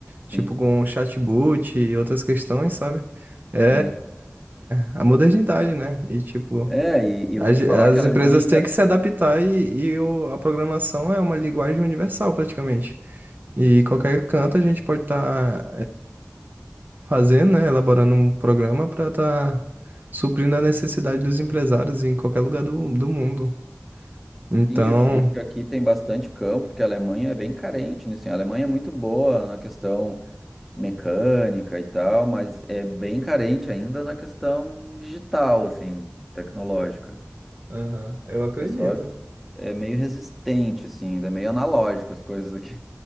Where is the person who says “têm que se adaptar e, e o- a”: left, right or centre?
Right